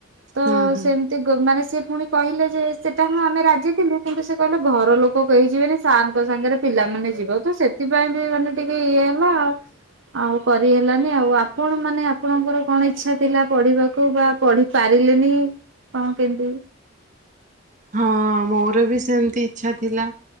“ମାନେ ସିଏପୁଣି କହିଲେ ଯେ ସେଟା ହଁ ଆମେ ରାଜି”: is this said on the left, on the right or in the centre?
Right